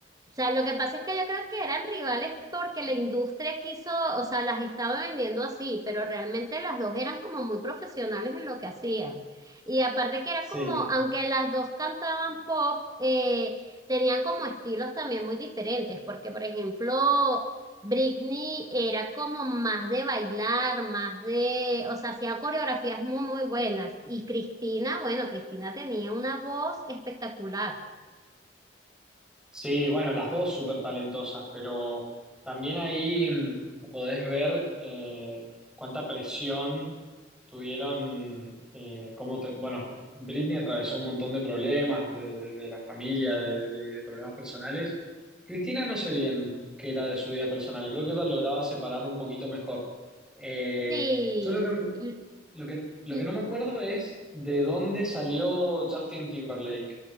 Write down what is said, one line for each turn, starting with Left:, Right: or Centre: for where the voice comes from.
Right: o sea, lo que pasa es que yo creo que eran rivales porque la industria quiso, o sea, las estaba vendiendo así, pero realmente las dos eran como muy profesionales en lo que hacían. Y aparte que era
Centre: Sí.
Right: como, aunque las dos cantaban pop, eh, tenían como estilos también muy diferentes, porque por ejemplo, Britney era como más de bailar, más de, o sea, hacía coreografías muy, muy buenas. Y Cristina, bueno, Cristina tenía una voz espectacular.
Centre: Sí, bueno, las dos súper talentosas, pero también ahí mm, podés ver eh, cuánta presión tuvieron, eh, cómo te- bueno, Britney atravesó un montón de problemas de, de- de la familia, de, de problemas personales. Cristina no sé bien qué era de su vida personal, creo que ella lograba separar un poquito mejor. Eh,
Right: Sí,
Centre: yo lo que,
Right: l-
Centre: lo que, lo
Right: l-
Centre: que no me acuerdo es de dónde salió Justin Timberlake.